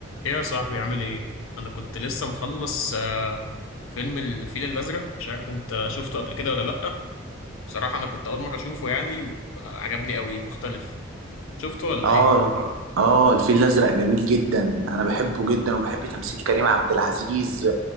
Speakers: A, on the left (about 75°); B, on the right (about 80°).
A: ايه يا صاحبي عامل ايه؟ انا كنت لسه مخلص آه، فيلم الفيل الازرق مش عارف انت شفته قبل كده ولا لأ بصراحة انا كنت اول مرة اشوفه يعني وعجبني قوي مختلف شفته ولا
B: اه
A: ايه؟
B: اه الفيل الازرق جميل جدا انا بحبه جدا وبحب تمثيل كريم عبد العزيز